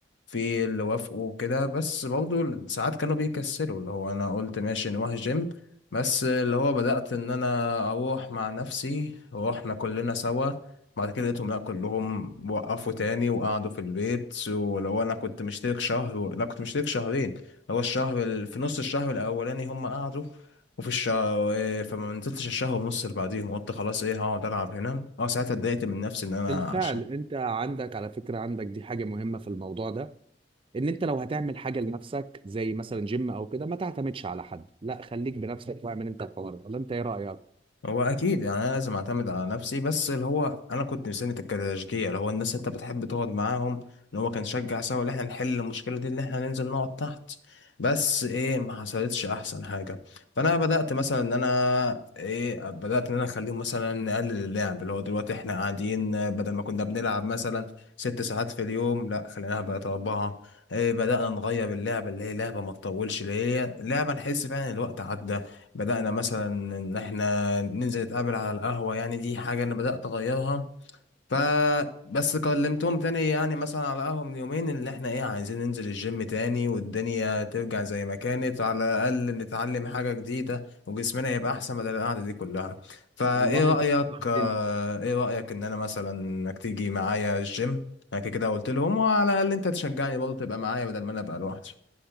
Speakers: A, on the left; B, on the right.
A: في اللي وافقوا كده بس برضه ساعات كانوا بيكسلوا اللي هو انا قلت ماشي نروح جيم بس اللي هو بدأت ان انا اروح مع نفسي روحنا كلنا سوا بعد كده لقيتهم لا كلهم وقفوا تاني وقعدوا في البيت ولو انا كنت مشترك شهر لا كنت مشترك شهرين هو الشهر ال... في نص الشهر الاولاني هم قعدوا وفي الشهر إيه، فما نزلتش الشهر ونص اللي بعديهم قلت خلاص ايه هقعد العب هنا اه ساعتها اتضايقت من نفسي ان انا
B: بالفعل
A: عشان
B: انت عندك على فكرة عندك دي حاجة مهمة في الموضوع ده ان انت لو هتعمل حاجة لنفسك زي مثلا جيم او كده ما تعتمدش على حد لا خليك بنفسك واعمل انت الحوار ده ولا انت ايه رأيك
A: هو اكيد يعني انا لازم اعتمد على نفسي بس اللي هو انا كنت مستني التكتشجيع اللي هو الناس اللي انت بتحب تقعد معاهم اللي هو كان شجع سوا اللي احنا نحل المشكله دي اللي احنا ننزل نقعد تحت بس ايه ما حصلتش احسن حاجه فانا بدات مثلا ان انا ايه بدات ان انا اخليهم مثلا نقلل اللعب اللي هو دلوقتي احنا قاعدين آه، بدل ما كنا بنلعب مثلا ست ساعات في اليوم لا خليناها بقت اربعه ايه بدانا نغير اللعبه اللي هي لعبه ما تطولش اللي هي لعبه نحس فعلا إن الوقت عدى بدأنا مثلا إن إحنا ننزل نتقابل على القهوة يعني دي حاجة أنا بدأت أغيرها فبس كلمتهم تاني يعني مثلا على قهوة من يومين إن إحنا إيه عايزين ننزل الجيم تاني والدنيا ترجع زي ما كانت على الأقل نتعلم حاجة جديدة وجسمنا يبقى أحسن بدل القعدة دي كلها فإيه
B: والله انت
A: رأيك
B: فكرتني
A: آه، إيه رأيك إن أنا مثلا إنك تيجي معايا الجيم أنا كده كده قلت لهم وعلى الأقل أنت تشجعني برضه تبقى معايا بدل ما أنا أبقى لوحدي